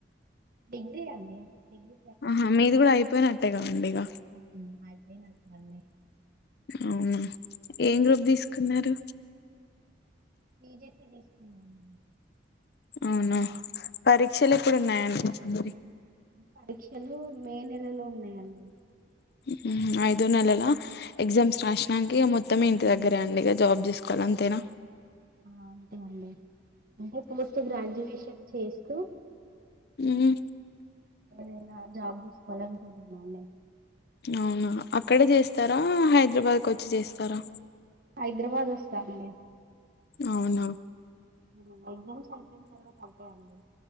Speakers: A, on the right; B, on the left.
A: డిగ్రీ అండి. డిగ్రీ
B: ఆహా మీది కూడా అయిపోయిన. అంతేగా అండి. ఇగ
A: <unintelligible> హాయ్ <unintelligible> అండి
B: అవునా ఏం గ్రూప్ ధీసుకున్నారు
A: బీ జెడ్ సి తీసుకున్నాను
B: అవునా పరీక్షలు ఎప్పుడున్నాయండీ
A: పరీక్షలు మే నెలలో ఉన్నాయండి
B: హ్ మ్ అయిదు నేలలాల ఎగ్జామ్స్ రాష్ణంకే మొత్తం ఇంట్ దగ్గరే అండి ఇగా జాబ్ జుసుకోల అంతేనా
A: ఆ అంతే అండి అంటే పోస్ట్ గ్రాడ్యుయేషన్ చేస్తూ
B: హ్మ
A: ఏదైనా జబ్ చూసుకోలనుకుంటున్నడి
B: అవునా అక్కడే చేస్తారా హైదరాబాద్కోచ్చి చేస్తారా
A: హైదరాబాద్ వస్తా అండి
B: అవునా
A: హ్మ ఎగ్జామ్స్ అయిపేన్ తర్వాత అంతే అండి